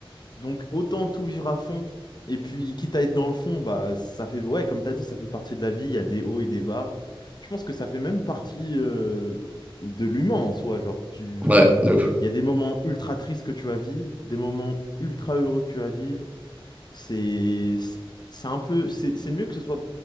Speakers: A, on the left; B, on the right.
A: Donc autant tout vivre à fond. Et puis, quitte à être dans le fond, bah ça fait, ouais, comme t'as dit, ça fait partie de la vie, il y a des hauts et des bas. Je pense que ça fait même partie euh, de l'humain en soi. Genre, tu...
B: Ouais, de ouf.
A: il y a des moments ultra tristes que tu vas vivre, des moments ultra heureux que tu vas vivre, c'est c'est c'est un peu c'est c'est mieux que ce soit